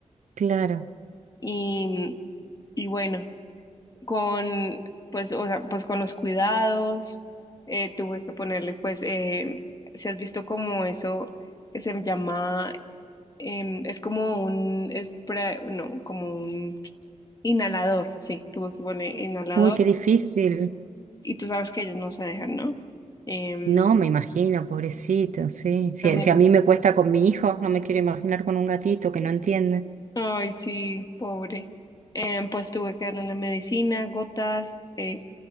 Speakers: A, on the right; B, on the left.
A: Claro.
B: Y, y bueno, con, pues, o sea, pues con los cuidados, eh, tuve que ponerle, pues, eh, si has visto como eso que se llama, em, es como un spray, no, como un inhalador, sí, tuve que poner inhalador
A: Uy, qué difícil.
B: y tú sabes que ellos no se dejan, ¿no? Em,
A: No, me imagino, pobrecito, sí. Si,
B: remedio.
A: si a mí me cuesta con mi hijo, no me quiero imaginar con un gatito que no entiende.
B: Ay, sí, pobre. Em, pues tuve que darle la medicina, gotas, eh,